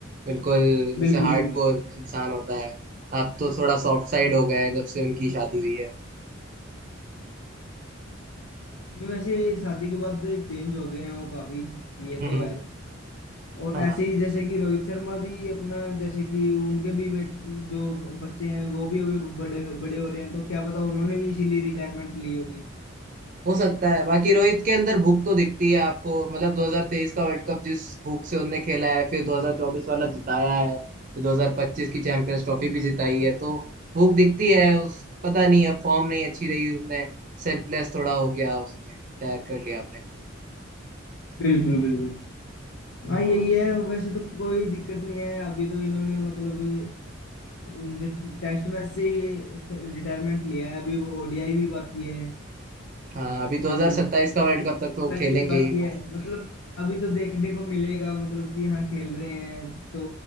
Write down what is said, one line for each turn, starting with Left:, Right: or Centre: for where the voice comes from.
Right: बिल्कुल जैसे
Left: बिल्कुल
Right: हार्डकोर
Left: बिल्कुल
Right: इंसान होता है अब तो थोड़ा सॉफ्ट साइड
Left: हाँ।
Right: हो गए हैं जब से उनकी शादी हुई है
Left: नहीं वैसे शादी के बाद चेंज हो गए हैं वो काफी ये
Right: हम्म
Left: तो है और
Right: हाँ
Left: ऐसे ही जैसे कि रोहित शर्मा भी अपना जैसे कि उनके भी बेट, जो बच्चे हैं वो भी अभी बड़े बड़े हो रहे हैं तो क्या पता उन्होंने भी इसीलिए रिटायरमेंट ली होगी
Right: हो सकता है बाकी रोहित के अंदर भूख तो दिखती है आपको मतलब 2023 का वर्ल्ड कप जिस भूख से उनने खेला है फिर 2024 वाला जिताया है फिर 2025 की चैंपियंस ट्रॉफी भी जिताई है तो भूख दिखती है उस पता नहीं अब फॉर्म नहीं अच्छी रही उसने सेल्फलेस थोड़ा हो गया उसने रिटायर कर लिया अपने को
Left: बिल्कुल बिल्कुल
Right: हाँ
Left: हाँ यही है वैसे तो कोई दिक्कत नहीं है अभी तो इन्होंने मतलब उनसे टेस्ट मैच से रिटायरमेंट लिया है अभी वो ओडीआई भी बाकी है
Right: हाँ अभी 2027
Left: और
Right: का वर्ल्ड कप तक तो वो
Left: मैच
Right: खेलेंगे
Left: भी बाकी
Right: ही
Left: है
Right: most।
Left: मतलब अभी तो देखने को मिलेगा मतलब कि हाँ खेल रहे हैं तो